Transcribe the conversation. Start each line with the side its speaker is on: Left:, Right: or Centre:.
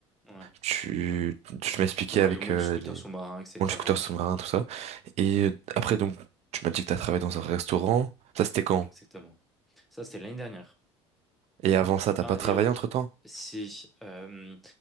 Centre: ouais.
Right: tu... Tu m'as expliqué
Centre: Dans
Right: avec
Centre: le monde
Right: euh,
Centre: du scooter
Right: les...
Centre: sous-marin, etc.
Right: Bon, le scooter sous-marin, tout ça. Et euh, après, donc, tu m'as dit que t'as travaillé dans un restaurant. Ça, c'était quand?
Centre: Exactement. Ça, c'était l'année dernière.
Right: Et avant ça, t'as
Centre: Enfin,
Right: pas travaillé
Centre: et oui,
Right: entre-temps?
Centre: si. euh,